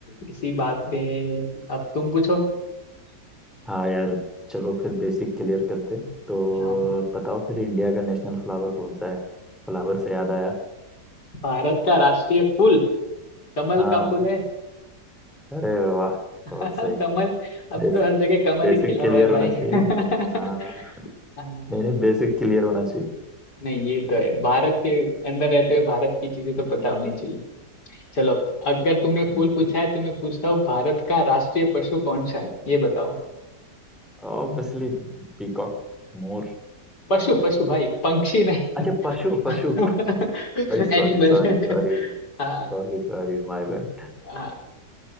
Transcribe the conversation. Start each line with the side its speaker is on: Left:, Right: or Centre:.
Left: इसी बात पे अब तुम पूछो
Centre: हाँ यार चलो फिर बेसिक क्लियर करते हैं तो
Left: हाँ
Centre: बताओ फिर इंडिया का नेशनल फ्लावर कौन सा है फ्लावर से याद आया
Left: भारत का राष्ट्रीय फूल कमल
Centre: हाँ
Left: का फूल है
Centre: अरे वाह
Left: <laughs>
Centre: बहुत सही
Left: कमल अब
Centre: बेसिक
Left: तो हर जगह कमल
Centre: बेसिक
Left: ही खिला
Centre: क्लियर
Left: हुआ है
Centre: होना
Left: भाई
Centre: चाहिए
Left: <laughs>
Centre: हाँ
Left: हाँ,
Centre: नहीं नहीं बेसिक क्लियर होना
Left: नहीं ये तो है भारत के अंदर रहते हुए भारत की चीजें तो पता होनी चाहिए चलो अगर तुमने
Centre: चाहिए
Left: फूल पूछा है तो मैं पूछता हूँ भारत का राष्ट्रीय पशु कौन सा है ये बताओ
Centre: ऑब्वियसली पीकॉक मोर
Left: पशु पशु भाई पंक्षी नहीं
Centre: अच्छा पशु पशु
Left: <laughs>
Centre: Sorry sorry
Left: एनिमल
Centre: sorry sorry
Left: हाँ
Centre: Sorry sorry my bad
Left: हाँ